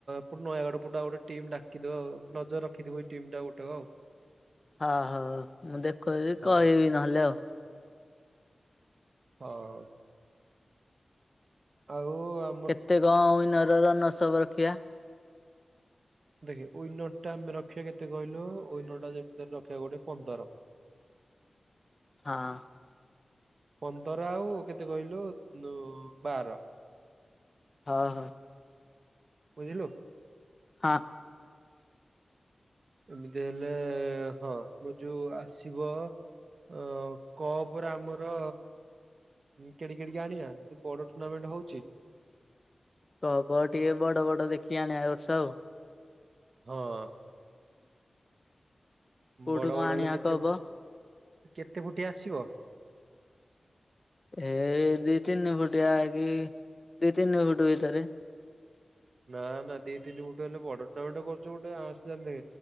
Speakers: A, on the right (about 65°); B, on the left (about 35°).
A: ପୁ ନୟାଗଡ଼ ପଟୁ ଆଉ ଗୋଟେ ଟିମ୍ ଡକିଦେବା ଆଉ ନଜର ରଖିଥିବୁ ଏଇ ଟିମ୍ ଟା ଗୋଟକ ଆଉ। <inaudible>
B: ହଁ ହଁ ମୁଁ ଦେଖୁଛି
A: ହଁ
B: କହିବି ନହେଲେ ଆଉ।
A: ହଁ। ଆଉ ଆ
B: କେତେ କଣ ଉଇନର ରନର୍ସଅପ ରଖିବା?
A: ଦେଖେ ଉଇନର ଟା ଆମେ ରଖିବା କେତେ କହିଲୁ ଉଇନରଟା ଯେମିତିରେ ରଖିବା ଗୋଟେ ପନ୍ଦର। <inaudible>
B: ହଁ।
A: ପନ୍ଦର ଆଉ କେତେ କହିଲୁ ଉଁ ବାର। <inaudible>
B: ହଁ ହଁ।
A: ବୁଝିଲୁ?
B: ହଁ।
A: ଏମିତି ହେଲେ ହଁ ମୁଁ ଯୋଉ ଆସିବ ଅ କପରେ ଆମର ଉଁ କେଡିି କେଡିକି ଆଣିଆ ବଡ ଟୁର୍ଣ୍ଣାମେଣ୍ଟ ହଉଛି।
B: କପ ଟିକେ ବଡ ବଡ ଦେଖିକି ଆଣିଆ ଏ ବର୍ଷ ଆଉ
A: ହଁ।
B: କୋଉଠୁ
A: ବଡ
B: କଣ
A: ବଡ
B: ଆଣିବା
A: ହେଲେ କେତେ
B: କପ
A: କେତେ ଫୁଟିଆ ଆସିବ?
B: ଏ ଦି ତିନି ଫୁଟିଆ କି ଦି ତିନି ଫୁଟ ଭିତରେ।
A: ନାଁ ନାଁ ଦୀ ତିନି ଫୁଟୁ ହେଲେ ବଡ଼ ଟୁର୍ନାମେଣ୍ଟ କରୁଚ ଗୋଟେ ଆସେ ଯେମତି।